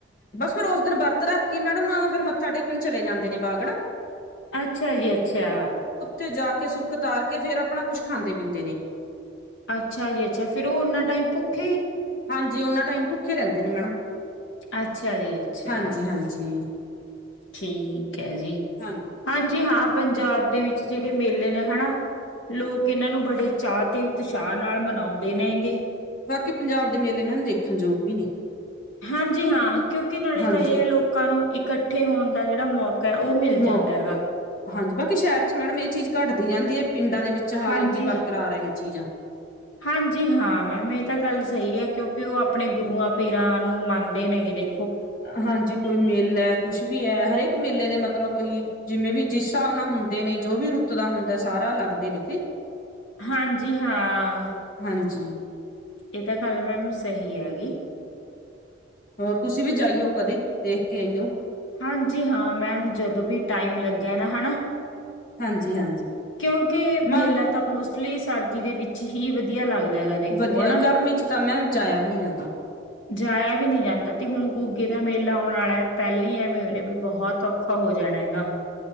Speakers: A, on the left; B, on the left.
A: ਫੇਰ ਉਸ ਦਿਨ ਵਰਤ ਰੱਖ ਕੇ ਮੈਡਮ ਫਿਰ ਮੱਥਾ ਟੇਕਣ ਚਲੇ ਜਾਂਦੇ ਨੇ ਬਾਗੜ
B: ਅੱਛਾ ਜੀ ਅੱਛਾ।
A: ਉਥੇ ਜਾ ਕੇ ਸੁੱਖ ਉਤਾਰ ਕੇ ਫੇਰ ਆਪਣਾ ਕੁਛ ਖਾਂਦੇ ਪੀਂਦੇ ਨੇ-
B: ਅੱਛਾ ਜੀ ਅੱਛਾ ਫਿਰ ਉਹਨਾ ਟਾਈਮ ਭੁੱਖ।
A: ਹਾਂਜੀ ਉਹਨਾ ਟਾਈਮ ਭੁ ਖੇ ਰਹਿੰਦੇ ਨੇ ਮੈਡਮ
B: ਅੱਛਾ ਜੀ। ਅੱਛਾ
A: ਹਾਂਜੀ-ਹਾਂਜੀ।
B: ਠੀਕ ਹੈ। ਜੀ
A: ਹਾਂਜੀ।
B: ਹਾਂਜੀ ਹਾਂ। ਪੰਜਾਬ ਦੇ ਵਿੱਚ ਜਿਹੜੇ ਮੇਲੇ ਨੇ ਹਨਾ। ਲੋਕ ਇਹਨਾਂ ਨੂੰ ਬੜੇ ਚਾਅ ਤੇ ਉਤਸ਼ਾਹ ਨਾਲ ਮਨਾਉਂਦੇ ਰਹਿਣਗੇ।
A: ਬਾਕੀ ਪੰਜਾਬ ਦੇ ਮੇਲੇ ਮੈਮ ਦੇਖਣ ਯੋਗ ਵੀ ਨੇ
B: ਹਾਂਜੀ ਹਾਂ ਕਿਉਂਕਿ ਨਾਲੇ
A: ਹਾਂਜੀ
B: ਤਾਂ ਇਹ ਹੈ। ਲੋਕਾਂ ਨੂੰ ਇਕੱਠੇ ਹੋਣ ਦਾ ਜਿਹੜਾ ਮੌਕਾ ਉਹ ਮਿਲ ਜਾਂਦਾ
A: ਮੌ
B: ਹੈਗਾ।
A: ਹਾਂਜੀ ਬਾਕੀ ਸ਼ਹਿਰ ਚ ਮੈਡਮ ਇਹ ਚੀਜ਼ ਘੱਟਦੀ ਜਾਂਦੀ ਹੈ। ਪਿੰਡਾਂ ਦੇ ਵਿੱਚ ਹਾਲਾਂਕਿ
B: ਹਾਂਜੀ
A: ਬਰਕਰਾਰ ਇਹ ਚੀਜ਼ਾਂ
B: ਹਾਂਜੀ ਹਾਂ ਮੈਮ ਇਹ ਤਾਂ ਗੱਲ ਸਹੀ ਹੈ। ਕਿਉਂਕਿ ਉਹ ਆਪਣੇ ਗੁਰੂਆਂ ਪੀਰਾਂ ਨੂੰ ਮੰਨਦੇ ਨੇ ਜਿਹੜੇ
A: ਹਾਂਜੀ ਕੋਈ ਮੇਲਾ ਹੈ ਕੁਛ ਵੀ ਹੈ ਹਰੇਕ ਮੇਲੇ ਦੇ ਮਤਲ ਮਤਲਬ ਕੋਈ ਜਿਵੇਂ ਵੀ ਜਿਸ ਹਿਸਾਬ ਨਾਲ ਹੁੰਦੇ ਨੇ ਜੋ ਵੀ ਰੁੱਤ ਦਾ ਹੁੰਦਾ ਸਾਰਾ ਲੱਗਦੇ ਨੇ ਇੱਥੇ
B: ਹਾਂਜੀ ਹਾਂ।
A: ਹਾਂਜੀ
B: ਇਹ ਤਾਂ ਗੱਲ ਮੈਮ ਸਹੀ ਆਗੀ।
A: ਹੋਰ ਤੁਸੀਂ ਵੀ ਜਾਈਓ ਕਦੇ ਦੇਖ ਕੇ ਆਈਓ
B: ਹਾਂਜੀ ਹਾਂ ਮੈਮ ਜਦੋਂ ਵੀ ਟਾਈਮ ਲੱਗਿਆ ਨਾ ਹੈ। ਨਾ
A: ਹਾਂਜੀ ਹਾਂਜੀ
B: ਕਿਉਂਕਿ
A: ਮਨ
B: ਮੇਲਾ ਤਾਂ ਮੋਸਮ ਉਸ ਲਈ ਸਰਦੀ ਦੇ ਵਿੱਚ ਹੀ ਵਧੀਆ ਲੱਗਦਾ। ਦੇਖੋ
A: ਵਧੀਆ
B: ਹਣਾ,
A: ਗਰਮੀ ਚ ਤਾਂ ਮੈਮ ਜਾਇਆ ਵੀ ਨਹੀਂ ਜਾਂਦਾ
B: ਜਾਏਆ ਵੀ ਨਈ ਜਾਂਦਾ ਤੇ ਹੁਣ ਗੁੱਗੇ ਦਾ ਮੇਲਾ ਆਉਣ ਆ ਏ ਪੈਲ ਨੀ ਐਵੇਂ ਉਰੇ ਵੀ ਬੋਤ ਔਖਾ ਹੋ ਜਾਣਾ ਹੈਗਾ।